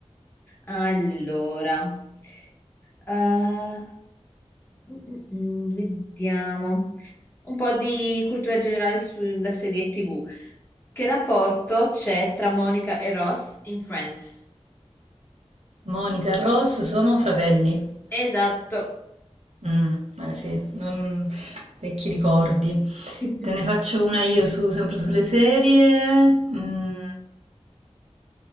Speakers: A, on the left; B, on the right.
A: Allora, eh, mm, mm, vediamo un po' di cultura generale sulla serie TV. Che rapporto c'è tra Monica e Ross in Friends?
B: Monica e Ross sono fratelli.
A: Esatto.
B: Mm, eh sì, non- vecchi ricordi.
A: <laughs>
B: Te ne faccio una io su- sempre sulle serie. Mm.